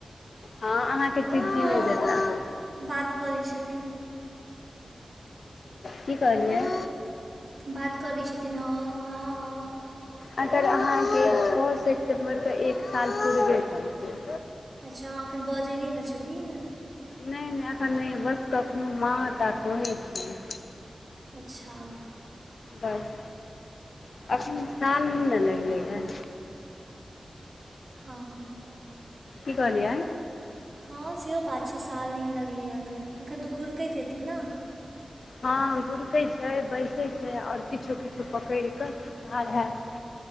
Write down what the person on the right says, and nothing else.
हँ
बात करै छथिन्ह।
बात करै छथिन्ह हँ-हँ-हँ।
अच्छा एखन बजय नहि न छथिन्ह।
अच्छा।
हँ हँ।
हँ सेहो बात छै, साल नहि लगलैए एखन, एखन तऽ गुरकैत हेथिन न।